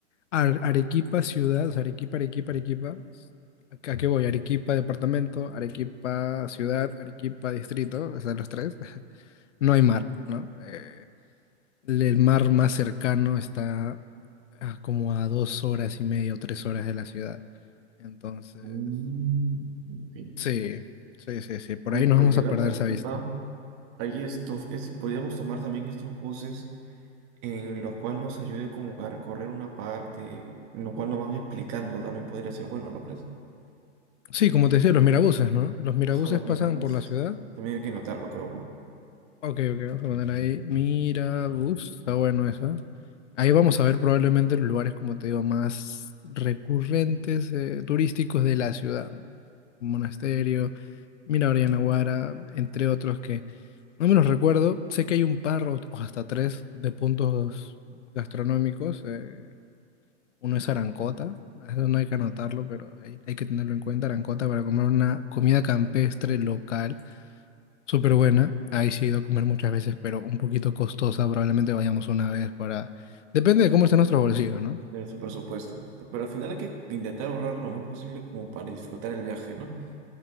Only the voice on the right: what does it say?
Mm, me imagino.
Oye,
pero
llegando
a Arequipa,
hay estos, estos, podríamos tomar también estos buses en los cuales nos ayude como a recorrer una parte, en lo cual nos van explicando, también podría ser bueno, ¿no crees? <laughs>
Ajá, los
mirabuses.
También hay que notarlo, creo.
de nuestro presupuesto. Pero al final hay que intentar ahorrar lo más posible como para disfrutar el viaje, ¿no?